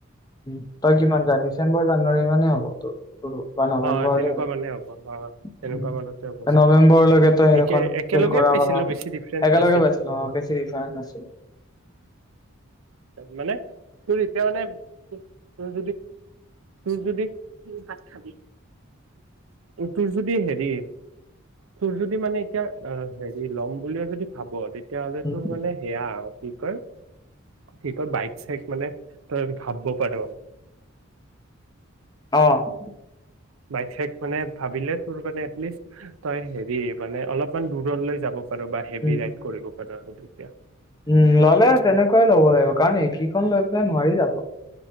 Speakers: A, on the left; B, on the right.
A: উম তই কিমান <unintelligible> ডিচেম্বৰ জানুৱাৰী মানে হ'ব তোৰ তোৰো। বা নৱেম্বৰতে
B: হয় হয় তেনেকুৱা মানে হ'ব হয় তেনেকুৱা
A: উম,
B: মানতে হ'ব
A: তে
B: ছাগে।
A: নৱেম্বৰলৈকে তই সেইখন
B: একে একেলগে
A: ফিল কৰা
B: পাইছিলো
A: কথা
B: বেছি ডিফাৰেঞ্চ
A: একেলগে
B: নাছিল
A: পাইছিলো
B: পোৱা
A: অ বেছি ডিফাৰেঞ্চ নাছিলে
B: মানে তোৰ এতিয়া মানে তোৰ যদি তোৰ ভাত খাবি তোৰ যদি হেৰি তোৰ যদি মানে এতিয়া হেৰি ল'ম বুলিও যদি ভাব তে তেতিয়াহ'লে
A: উম,
B: তোৰ মানে সেয়া আৰু কি কয়। কি কই বাইক চাইক মানে তই ভাবিব পাৰ।
A: অহ
B: বাইক চাইক মানে ভাবিলে তোৰ মানে এটলিষ্ট তই হেৰি মানে অলপমান দূৰলৈ যাব পাৰ বা হেভি
A: উম
B: ৰাইড কৰিব পাৰ আৰু তেতিয়া
A: উম ললে
B: উম
A: তেনেকুৱাই লব লাগিব কাৰণ এইকেইখন লৈ পেলাই নোৱাৰি যাব।